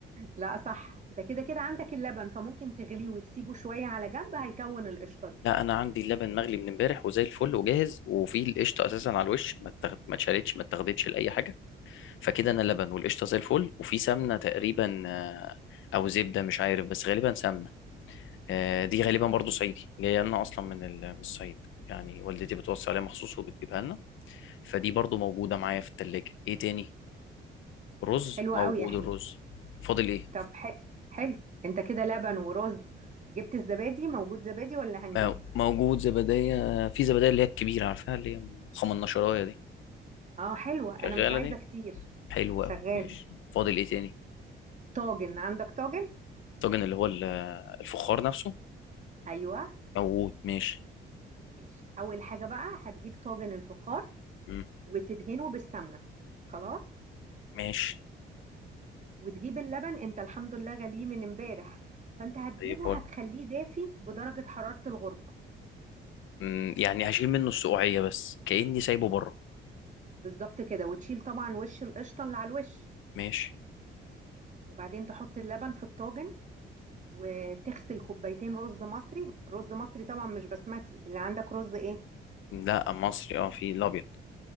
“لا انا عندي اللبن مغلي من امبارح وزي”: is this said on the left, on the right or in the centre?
Left